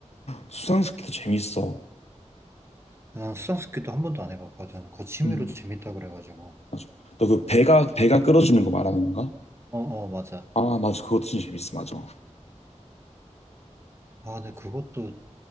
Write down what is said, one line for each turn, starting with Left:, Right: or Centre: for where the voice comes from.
Left: 수상스키도 재밌어.
Right: 난 수상스키도 한 번도 안 해봤거든. 그 취미로
Left: 응.
Right: 재밌다 그래가지고.
Left: 맞아. 너 그 배가 배가 끌어주는 거 말하는 건가?
Right: 어 어 맞아.
Left: 아 맞아 그것도 진짜 재밌어 맞아.
Right: 아 근데 그것도